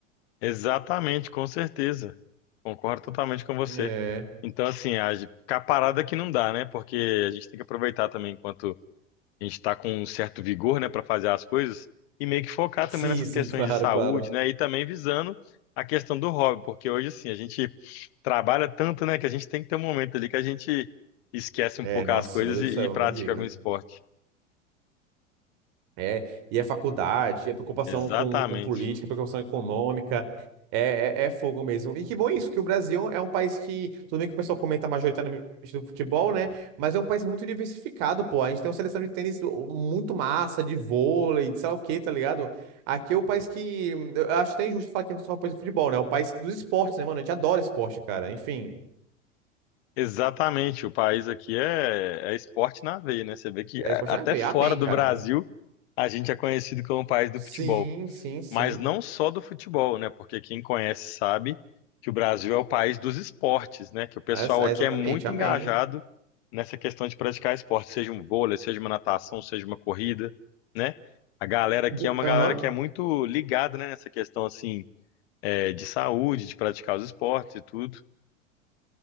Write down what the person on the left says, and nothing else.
Exatamente, com certeza. Concordo totalmente com você.
Então, assim, a gente- ficar parado aqui não dá, né? Porque a gente tem que aproveitar também enquanto a gente está com um certo vigor, né, para fazer as coisas e meio que focar
também nessas
questões
de saúde,
né? E também visando a questão do hobby, porque hoje, assim, a gente trabalha tanto, né, que a gente tem que ter um momento ali que a gente esquece
um pouco
as coisas
e,
e pratica
algum esporte.
Exatamente.
Exatamente, o país aqui é, é esporte na veia, né? Você vê que
a-
até
fora
do
Brasil
a gente é conhecido como o país do
futebol,
mas não só do futebol, né? Porque quem conhece sabe que o Brasil é o país dos esportes, né? Que o pessoal
aqui
é muito
engajado nessa questão de praticar esporte, seja um vôlei, seja uma natação, seja uma corrida, né? A galera aqui
é uma
galera que é muito ligada, né? Nessa questão assim, é, de saúde, de praticar os esportes e tudo.